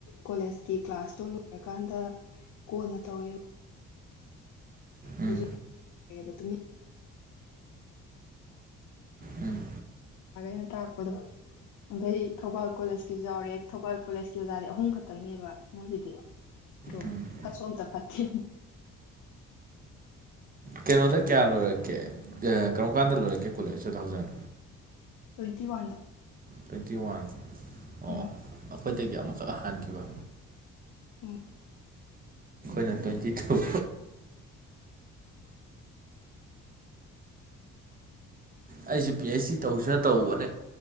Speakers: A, on the left; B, on the right.
A: ꯀꯣꯂꯦꯖꯀꯤ ꯀ꯭ꯂꯥꯁꯇꯣ ꯂꯣꯏꯔꯀꯥꯟꯗ ꯀꯣꯟꯅ ꯇꯧꯋꯦꯕ
B: ꯎꯝ
A: ꯁꯨ ꯇ <unintelligible>
B: ꯎꯝ
A: ꯑ ꯑꯩꯅ ꯇꯥꯛꯄꯗꯣ ꯑꯗꯩ ꯊꯧꯕꯥꯜ ꯀꯣꯂꯦꯖꯀꯤꯁꯨ ꯌꯥꯎꯔꯦ ꯊꯧꯕꯥꯜ ꯀꯣꯂꯦꯖꯀꯤ ꯑꯣꯖꯥꯗꯤ ꯑꯍꯨꯝ ꯈꯛꯇꯪꯅꯦꯕ ꯃꯣꯏꯒꯤꯗꯤ ꯑꯗꯣ
B: ꯎꯝ
A: ꯐꯠꯁꯨꯣ ꯑꯝꯇ ꯐꯠꯇꯦ
B: ꯀꯩꯅꯣꯗ ꯀꯌꯥ ꯂꯣꯏꯔꯛꯀꯦ ꯀꯔꯝ ꯀꯥꯟꯗ ꯂꯣꯏꯔꯛꯀꯦ ꯀꯣꯜꯂꯦ ꯇꯨ ꯊꯥꯎꯖꯟ
A: ꯇ꯭ꯋꯦꯟꯇꯤ ꯋꯥꯟꯗ
B: ꯇ꯭ꯋꯦꯟꯇꯤ ꯋꯥꯟ ꯑꯣ
A: ꯎꯝ
B: ꯑꯩꯈꯣꯏꯗꯒꯤ ꯑꯃꯨꯛꯈꯛ ꯍꯥꯟꯈꯤꯕ
A: ꯎꯝ
B: ꯇꯣꯏꯟꯠꯌꯇꯥꯑꯣ ꯑꯩꯁꯨꯦ ꯄꯤ ꯑꯩꯆ ꯗꯤ ꯇꯧꯁꯤꯅ ꯇꯧꯕꯅꯦ